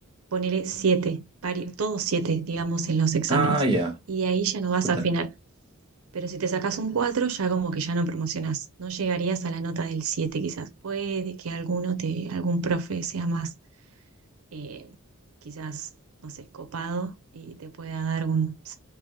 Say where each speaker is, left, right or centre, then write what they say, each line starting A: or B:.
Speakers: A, on the right; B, on the right.
A: poner siete, pari- todos siete, digamos, en los exámenes.
B: Ah, ya.
A: Y de ahí ya no vas
B: Chuta.
A: a final. Pero si te sacás un cuatro, ya como que ya no promocionás. No llegarías a la nota del siete, quizás. Puede que alguno te, algún profe sea más, eh, quizás, no sé, copado y te pueda dar un